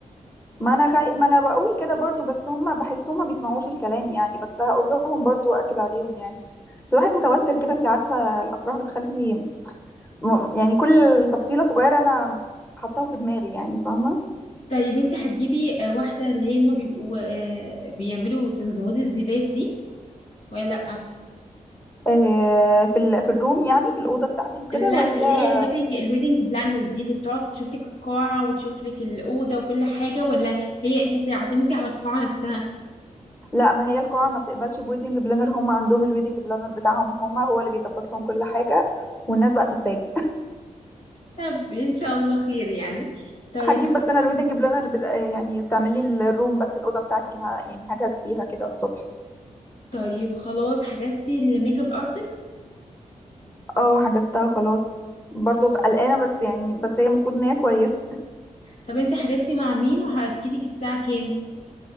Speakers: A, on the left; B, on the left.
A: ما انا خي... ما انا بقول كده برضو بس هم بحسهم ما بيسمعوش الكلام يعني بس هقول لهم برضو واكد عليهم يعني بس الواحد متوتر كده انت عارفة الافراح بتخلي م... يعني كل تفصيلة صغيرة انا حطاها في دماغي يعني فاهمة
B: طيب انت هتجيبي آه، واحدة اللي هي هما بيبقوا آه، بيعملوا تنظيمات الزفاف دي ولا لأ؟
A: آه في ال... في الروم يعني في الأوضة بتاعتي وكده
B: لا
A: ولا
B: اللي هي الويدنج الويدنج بلانر دي اللي بتقعد تشوف لك القاعة وتشوف لك الأوضة وكل حاجة ولا هي انت هتعتمدي على القاعة نفسها
A: لا ما هي القاعة ما بتقبلش بويدنج بلانر هم عندهم الويدنج بلانر بتاعهم هم هو اللي بيظبط لهم كل حاجة والناس بقى تتفاجئ
B: طب ان شاء الله خير يعني طيب
A: <laughs> هجيب
B: خل...
A: بس انا الويدنج بلانر ب... آه، يعني بتعمل لي الروم بس الأوضة بتاعتي اللي ه... يعني هجهز فيها كده الصبح
B: طيب خلاص حجزتي الميك اب ارتست
A: اه حجزتها خلاص برضو قلقانة بس يعني بس هي المفروض ان هي كويسة
B: طب انت حجزتي مع مين وهتجيلك الساعة كام؟